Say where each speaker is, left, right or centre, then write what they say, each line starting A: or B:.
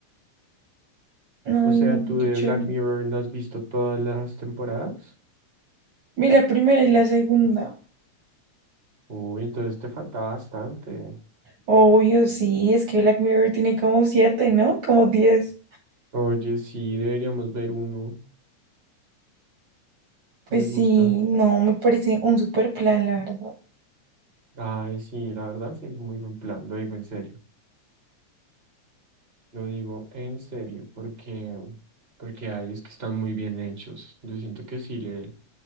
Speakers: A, on the right; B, on the right.
A: Ay,
B: O sea,
A: no,
B: ¿tú
A: qué
B: de
A: chévere.
B: Black Mirror no has visto todas las temporadas?
A: Vi la primera y la segunda.
B: Uy, entonces te falta bastante.
A: Obvio, sí, es que Black Mirror tiene como siete, ¿no? Como diez.
B: Oye, sí, deberíamos ver uno.
A: Pues
B: Me gusta.
A: sí, no, me parece un super plan, la verdad.
B: Ay, sí, la verdad sí es muy buen plan, lo digo en serio. Lo digo en serio, porque, porque hay es que están muy bien hechos. Yo siento que sí le,